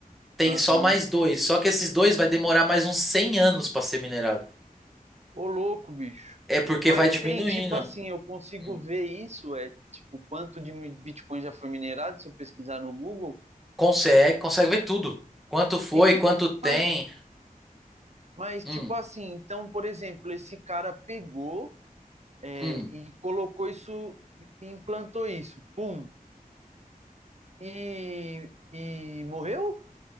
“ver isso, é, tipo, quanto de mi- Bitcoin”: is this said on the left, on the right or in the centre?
Right